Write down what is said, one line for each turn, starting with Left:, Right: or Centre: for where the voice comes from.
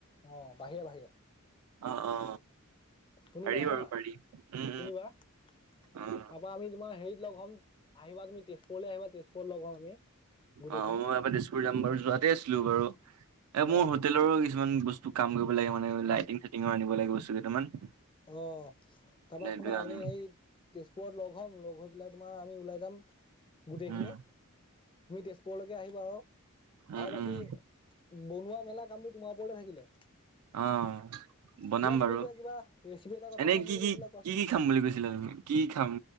Left: অ' বাহিৰে বাহিৰে।
Right: অ' অ'।
Left: শুনিবা
Right: পাৰি
Left: হা
Right: বাৰু পাৰি উম,
Left: শুনিবা তাৰপাৰ
Right: উম, উম
Left: আমি তোমাৰ হেৰিত একলগ হ'ম আহিবা তুমি তেজপুৰলৈ আহিবা তেজপুৰত লগ হ'ম আমি গোটেইখিনি
Right: অ', মই এবাৰ তেজপুৰ যাম বাৰু, যোৱাতে আছিলো বাৰু, এ
Left: অ অ
Right: মোৰ হোটেলৰো কিছুমান বস্তু কাম কৰিব লাগে মানে, লাইটিং চাইটিঙৰ আনিব লাগে বস্তু কেইটামান।
Left: অ', তাৰপা
Right: সেইটোৱে
Left: শুনা
Right: আনিম।
Left: তুমি সেই তেজ <unintelligible> লগ হ'ম, লগ হৈ পেলাই তোমাৰ আমি ওলাই যাম গোটেইখিনি
Right: উম,
Left: তুমি তেজপুৰলৈকে আহিবা আৰু,
Right: উম,
Left: আৰু বাকী
Right: উম।
Left: বনোৱা মেলা কামটো তোমাৰ ওপৰতে থাকিলে।
Right: অ', বনাম
Left: দিয়া তুমি
Right: বাৰু।
Left: এতিয়া কিবা ৰেচিপি এটা কথা
Right: এনেই
Left: ক'ম
Right: কি-কি-কি-কি
Left: বুলি কৈছিলা কোৱাচোন
Right: খাম বুলি কৈছিলা তুমি? কি খাম